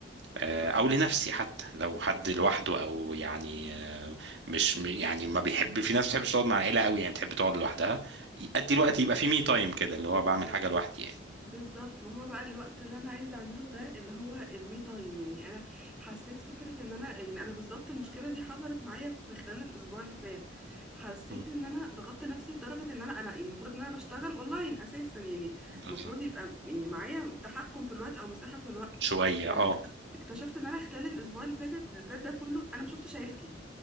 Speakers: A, on the right; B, in the centre.
A: آه،
B: <laughs>
A: او لنفسي حتى لو حد لوحده او يعني آه، مش م- يعني ما بيحب في ناس ما بتحبش تقعد مع العيله قوي يعني بتحب تقعد لوحدها ادي الوقت يبقى في مي تايم كده اللي هو بعمل حاجه لوحدي يعني
B: بالظبط ما هو بقى الوقت اللي انا عايزه اعمله ده اللي هو المي تايم يعني انا حسيت فكره ان انا يعني انا بالظبط المشكله دي حصلت معايا في خلال الاسبوع اللي فات حسيت
A: مم.
B: ان انا ضغطت نفسي لدرجه ان انا انا يعني المفروض ان انا بشتغل اونلاين اساسا يعني
A: بالظبط
B: المفروض يبقى يعني معايا تحكم في الوقت او مساحه في الوقت
A: شويه
B: انا
A: اه
B: اكت- اكتشفت ان انا خلال الاسبوع اللي فاتت اللي فات ده كله انا ما شفتش عيلتي